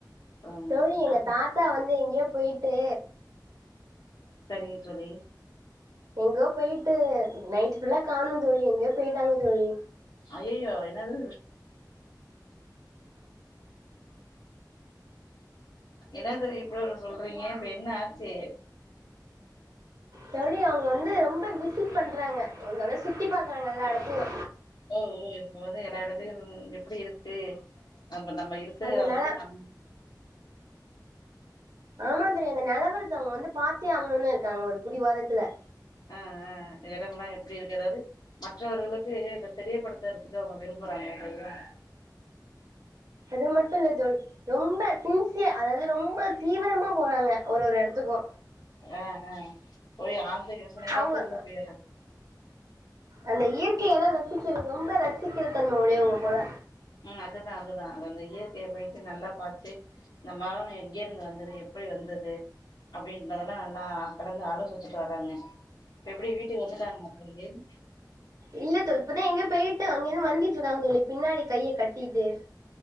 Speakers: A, on the left (about 75°); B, on the right (about 55°).
A: ம்
B: தோழி எங்க
A: அ
B: தாத்தா வந்து எங்யோ போய்ட்டு
A: சரிங்க தோழி
B: எங்கோ போய்ட்டு நைட் ஃபுல்லா காணு தோழி எங்க்யோ போய்ட்டாங்க தோழி
A: ஐய்யய்யோ என்னது என்னது இப்பிடி ஒன்னு சொல்றீங்க இப்ப என்ன ஆச்சு
B: தோழி அவங்க வந்து ரொம்ப விசிட் பண்றாங்க அதனால சுத்தி பாக்குறாங்க எல்லா எடத்தயு
A: ம் ம் இருக்கும்போது எல்லா எடத்தயு எப்பிடி இருக்கு நம்ம நம்ம இருக் க்குற
B: அந்தனால
A: அதாது நம்
B: ஆமா தோழி அந்த நலவரத்த அவங்க வந்து பாத்தே ஆகணுனு இருக்காங்க ஒரு பிடிவாதத்துல
A: அ ஆ எடமெல்லா எப்பிடி இருக்கு அதாது மற்றவர்களுக்கு இத தெரியப்படுத்துறதுக்கு அவங்க விரும்புறாங்க இல்லயா
B: அது மட்டு இல்ல தோழி ரொம்ப சின்சியர் அதாது ரொம்ப தீவிரமா போறாங்க ஒரு ஒரு எடத்துக்கு
A: அ அ போய் ஆழ்ந்த யோசனைையில
B: அவங்க
A: தூங்க போயிர
B: அந்த இயற்கைய எல்லா ரசிக்கிற ரொம்ப ரசிக்கிற தன்ம உடையவங்க போல
A: ம் அதுதா அதுதா அது அந்த இயற்கைய போயிட்டு நல்லா பாத்து இந்த மரங்க எங்க இருந்து வந்தது எப்படி வந்தது அப்படின்றதெல்லா நல்லா கலந்து ஆலோசிச்சுட்டு வர்றாங்க இப்ப எப்டி வீட்டுக்கு வந்துடாங்களா சுருதின்
B: இல்லத்தோ இப்பதா எங்கியோ போயிட்டு அங்கிருந்து வந்துட்டு இருக்காங்க தோழி பின்னாடி கைய கட்டிட்டு